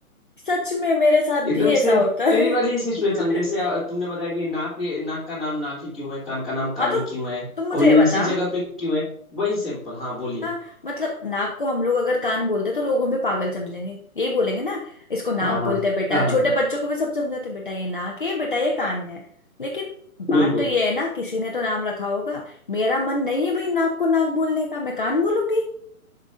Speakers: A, on the left; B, in the centre.
A: सच में मेरे साथ
B: एकदम
A: भी ऐसा
B: सेम
A: होता
B: तेरी
A: है
B: वाली ही सिचुएशन
A: <laughs>
B: जैसे अ, तुमने बताया कि नाक के- नाक का नाम नाक ही क्यों है कान का नाम
A: हाँ
B: कान
A: तो
B: ही क्यों है
A: तुम मुझे
B: और ये
A: ये बता
B: इसी जगह पे क्यों है वही सिंपल हाँ बोलिए
A: हाँ मतलब नाक को हम लोग अगर कान बोलते तो लोग हमें पागल समझेंगे यही बोलेंगे ना इसको नाक
B: हाँ हाँ
A: बोलते हैं बेटा
B: हाँ
A: छोटे
B: हाँ,
A: बच्चों को भी सब समझाते हैं, बेटा ये नाक है बेटा ये कान है लेकिन बात
B: बिल्कुल
A: तो ये है ना किसी ने तो नाम रखा होगा मेरा मन नहीं है भाई नाक को नाक बोलने का मैं कान बोलूंगी